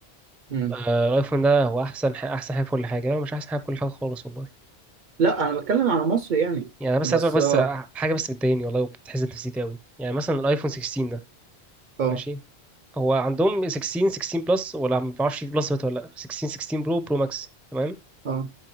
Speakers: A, on the right (about 55°); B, in the centre.
A: مم.
B: آه، الايفون ده هو احسن ح- احسن حاجة في كل حاجة لا مش احسن حاجة في كل حاجة خالص والله
A: لا انا بتكلم على مصر يعني
B: يعني انا بس
A: بس
B: عايز اقول بس
A: اه
B: آه، حاجة بس بتضايقني والله وبتحزن نفسيتي قوي يعني مثلا الايفون 16 ده
A: اه
B: ماشي هو عندهم 16 16 بلس ولا ما بعرفش في بلس ولا لا 16 16 برو برو ماكس تمام
A: اه